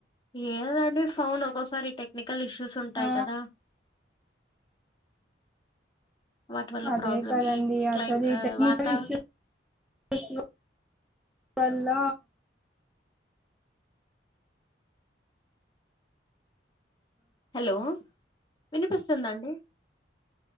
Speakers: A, on the left; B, in the centre.
A: ఏదండి ఫోన్ ఒకోసారి టెక్నికల్ ఇష్యూస్ ఉంటాయి
B: ఆ
A: కదా వాటి వల్ల
B: అదే
A: ప్రాబ్లం
B: కదండి
A: ఈ క్లైమ్
B: అసలు ఈ టెక్నికల్
A: వాత
B: ఇష్యూ <inaudible> వల్ల
A: హలో వినిపిస్తుందండి